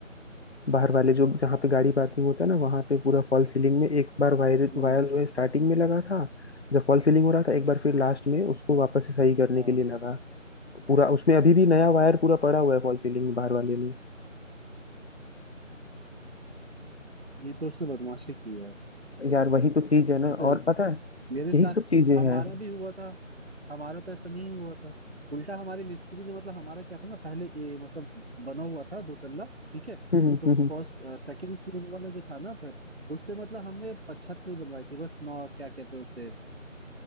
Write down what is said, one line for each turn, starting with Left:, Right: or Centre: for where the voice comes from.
Left: बाहर वाले जो जहाँ पे गाड़ी पार्किंग होता है ना वहां पे पूरा फॉल सीलिंग में एक बार वायर
Right: हम्म
Left: वायर जो है स्टार्टिंग में लगा था जब फॉल सीलिंग हो रहा था एक बार फिर लास्ट में उसको वापस से सही करने
Right: हाँ
Left: के लिए लगा तो पूरा उसमें अभी भी नया वायर पूरा पड़ा हुआ है फॉल सीलिंग में बाहर वाले में
Right: ये तो उसने बदमाशी की है सच
Left: यार
Right: बताऊं
Left: वही तो
Right: तो
Left: चीज है ना
Right: ये
Left: और
Right: तो
Left: पता है
Right: मेरे
Left: यही
Right: साथ
Left: सब चीजें
Right: हमारा
Left: हैं
Right: भी हुआ था हमारा तो ऐसा नहीं हुआ था उल्टा हमारे मिस्त्री ने मतलब हमारा क्या था ना पहले ए, मतलब बना हुआ था दो तल्ला ठीक है
Left: हम्म
Right: तो
Left: हम्म
Right: फर्स्ट
Left: हम्म
Right: सेकंड फ्लोर वाला जो था ना घर उस पे मतलब हमने प- छत नहीं बनवाई थी बस नौ क्या कहते हैं उसे